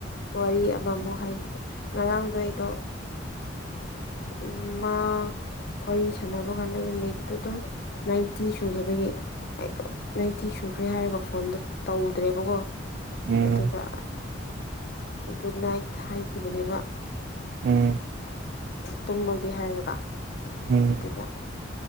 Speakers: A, on the left; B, on the right.
A: ꯋꯥꯔꯤ ꯑꯃꯃꯨꯛ ꯍꯥꯏꯒꯦ ꯉꯔꯥꯡꯗꯣ ꯑꯩꯗꯣ ꯎ ꯃꯥ ꯋꯥꯔꯤ ꯁꯥꯟꯅꯕ ꯀꯥꯟꯗ ꯌ ꯃꯤꯠꯇꯣ ꯑꯗꯨꯝ ꯅꯥꯏꯟꯇꯤ ꯁꯨꯈꯤꯕꯒꯤ ꯅꯥꯏꯟꯇꯤ ꯁꯨꯈ꯭ꯔꯦ ꯍꯥꯏꯔꯒ ꯐꯣꯟꯗꯣ ꯇꯧꯗ꯭ꯔꯦꯕꯀꯣ
B: ꯎꯝ
A: ꯑꯗꯨꯒ ꯒꯨꯗ ꯅꯥꯏꯠ ꯍꯥꯏꯈꯤꯕꯅꯦꯕ
B: ꯎꯝ
A: ꯇꯨꯝꯃꯒꯦ ꯍꯥꯏꯔꯒ
B: ꯎꯝ
A: ꯑꯗꯨꯗ